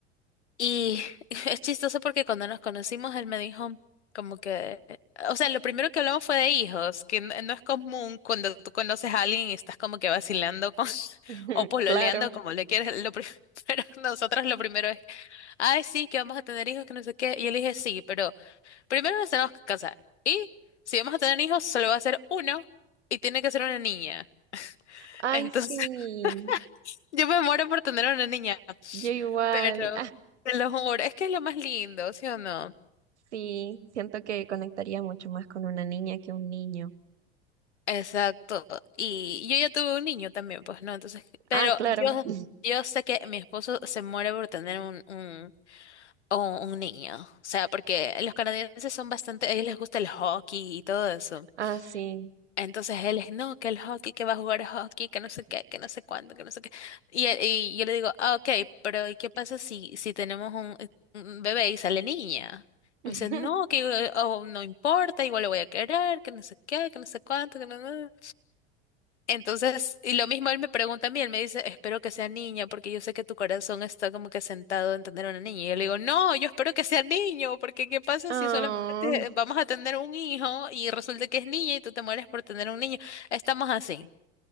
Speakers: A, on the left; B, on the right.
A: Y <laughs> es chistoso porque cuando nos conocimos, él me dijo como que, o sea, lo primero que hablamos fue de hijos, que n- no es común cuando tú conoces a alguien y estás como que vacilando con, <laughs>
B: <laughs>
A: o pololeando,
B: Claro.
A: como le quieres, lo pri- <laughs> pero nosotros lo primero es, ay, sí, que vamos a tener hijos, que no sé qué, y él dije, sí, pero primero nos tenemos que casar, y si vamos a tener hijos, solo va a ser uno, y tiene que ser una niña.
B: Ay,
A: Entonces,
B: sí.
A: <laughs> yo me muero por tener una niña,
B: Yo igual.
A: pero... Te lo juro, es que es lo más lindo, ¿sí o no?
B: <laughs> sí. Siento que conectaría mucho más con una niña que un niño.
A: Exacto. Y yo ya tuve un niño también, pues no, entonces, pero
B: Ah, claro.
A: yo,
B: <laughs>
A: yo sé que mi esposo se muere por tener un, un, un- un niño. O sea, porque los canadienses son bastante, a ellos les gusta el hockey y todo eso.
B: Ah, sí.
A: Entonces él es, no, que el hockey, que va a jugar hockey, que no sé qué, que no sé cuándo, que no sé qué. Y, él- y yo le digo, ah, ok, pero ¿y qué pasa si, si tenemos un, un bebé y sale niña?
B: <laughs>
A: Y me dice, no, que eh, oh, no importa, igual lo voy a querer, que no sé qué, que no sé cuánto, que no. no, no, entonces, y lo mismo él me pregunta a mí, él me dice, espero que sea niña, porque yo sé que tu corazón está como que sentado en tener una niña. Y yo le digo, no, yo espero que sea niño, porque ¿qué pasa
B: Oh,
A: si solamente vamos a tener un hijo y resulta que es niña y tú te mueres por tener un niño? Estamos así.